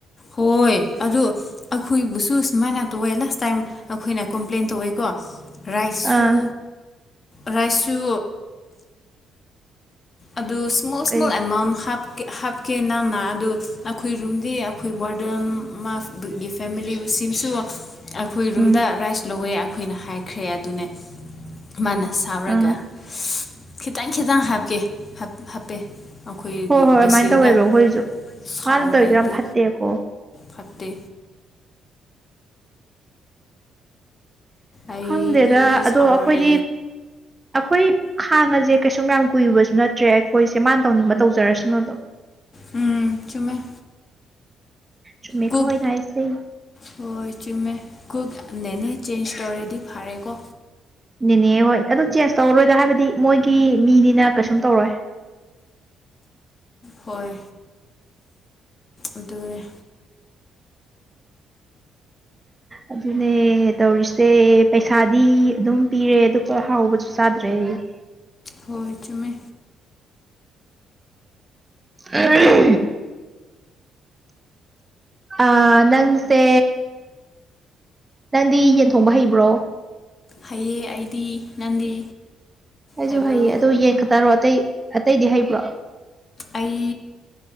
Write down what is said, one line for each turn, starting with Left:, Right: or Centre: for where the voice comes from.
Left: ꯍꯣꯏ ꯑꯗꯨ ꯑꯩꯈꯣꯏꯕꯨꯁꯨ ꯁꯨꯃꯥꯏꯅ ꯇꯧꯋꯦ ꯂꯥꯁ ꯇꯥꯏꯝ ꯑꯩꯈꯣꯏꯅ ꯀꯝꯄ꯭ꯂꯦꯟ ꯇꯧꯋꯦꯀꯣ ꯔꯁꯨ
Right: ꯑꯥ
Left: ꯉꯥꯁꯥꯏꯁꯨ ꯑꯗꯨ ꯏꯁꯃꯣꯜ
Right: ꯀꯩ
Left: ꯏꯁꯃꯣꯜ ꯑꯦꯃꯥꯎꯟ ꯍꯥꯞ ꯍꯥꯞꯀꯦ ꯅꯪꯅ ꯑꯗꯨ ꯑꯩꯈꯣꯏ ꯔꯨꯝꯗꯤ ꯑꯩꯈꯣꯏ ꯋꯥꯔꯗꯦꯟ ꯃꯥꯐ ꯒꯤ ꯐꯦꯃꯤꯂꯤꯁꯤꯡꯁꯨ ꯑꯩꯈꯣꯏ ꯔꯨꯝꯗ
Right: ꯎꯝ
Left: ꯔꯥꯏꯁ ꯂꯧꯋꯦ ꯑꯩꯈꯣꯏꯅ ꯍꯥꯏ ꯈ꯭ꯔꯦ ꯑꯗꯨꯅꯦ ꯃꯥꯅ ꯁꯥꯎꯔꯒ
Right: ꯑꯥ
Left: ꯈꯤꯇꯪ ꯈꯤꯇꯪ ꯍꯥꯞꯀꯦ ꯍꯥꯞꯄꯦ ꯑꯩꯈꯣꯏꯒꯤ
Right: ꯍꯣꯏ ꯍꯣꯏ
Left: ꯕꯦꯁꯦꯜꯗ
Right: ꯑꯗꯨꯃꯥꯏꯅ ꯇꯧꯋꯦꯕ ꯑꯩꯈꯣꯏꯁꯨ
Left: ꯁꯥꯎꯔꯦ
Right: ꯃꯥꯅ ꯇꯧꯔꯤꯗꯣ
Left: ꯍꯥꯏꯗꯤ
Right: ꯌꯥꯝ ꯐꯠꯇꯦꯀꯣ
Left: ꯐꯠꯇꯦ ꯑꯩꯗꯤ
Right: ꯈꯪꯗꯦꯗ ꯑꯗꯣ
Left: ꯁꯥꯎꯔꯦ
Right: ꯑꯩꯈꯣꯏꯗꯤ ꯑꯩꯈꯣꯏ ꯈꯥꯡꯉꯁꯦ ꯀꯩꯁꯨꯝ ꯌꯥꯝ ꯀꯨꯏꯕꯁꯨ ꯅꯠꯇ꯭ꯔꯦ ꯑꯩꯈꯣꯏꯁꯦ ꯃꯥꯅ ꯇꯧꯅꯤꯡꯕ ꯇꯧꯖꯔꯁꯅꯨ
Left: ꯎꯝ ꯆꯨꯝꯃꯦ
Right: ꯆꯨꯝꯃꯦꯀꯣ
Left: ꯀꯨꯛ
Right: ꯑꯩꯅꯥ ꯍꯥꯏꯁꯦ
Left: ꯍꯣꯏ ꯆꯨꯝꯃꯦ ꯀꯣꯛ ꯌꯥꯝꯅꯥꯅꯦ ꯆꯦꯟꯖ ꯇꯧꯔꯗꯤ ꯐꯔꯦꯀꯣ
Right: ꯅꯦꯅꯦ ꯍꯣꯏ ꯑꯗꯨ ꯆꯦꯟꯖ ꯇꯧꯔꯔꯣꯏꯗ ꯍꯥꯏꯕꯗꯤ ꯃꯣꯏꯒꯤ ꯃꯤꯅꯤꯅ ꯀꯩꯁꯨꯝ ꯇꯧꯔꯣꯏ
Left: ꯍꯣꯏ ꯑꯗꯨꯅꯦ
Right: ꯑꯗꯨꯅꯦ ꯇꯧꯔꯤꯁꯦ ꯄꯩꯁꯥꯗꯤ ꯑꯗꯨꯝ ꯄꯤꯔꯦ ꯑꯗꯨꯒ ꯍꯣꯏ ꯍꯥꯎꯕꯁꯨ ꯆꯥꯗ꯭ꯔꯦ ꯑꯩ
Left: ꯍꯣꯏ ꯆꯨꯝꯃꯦ
Right: ꯑꯍꯝ ꯑꯥ ꯅꯪꯁꯦ ꯅꯪꯗꯤ ꯌꯦꯟ ꯊꯣꯡꯕ ꯍꯩꯕ꯭ꯔꯣ
Left: ꯍꯩꯌꯦ ꯑꯩꯗꯤ ꯅꯪꯗꯤ
Right: ꯑꯩꯩꯁꯨ
Left: ꯍꯩꯕ꯭ꯔꯣ
Right: ꯍꯩꯌꯦ ꯑꯗꯣ ꯌꯦꯟ ꯈꯛꯇꯔꯣ ꯑꯇꯩ ꯑꯇꯩꯗꯤ ꯍꯩꯕ꯭ꯔꯣ
Left: ꯑꯩ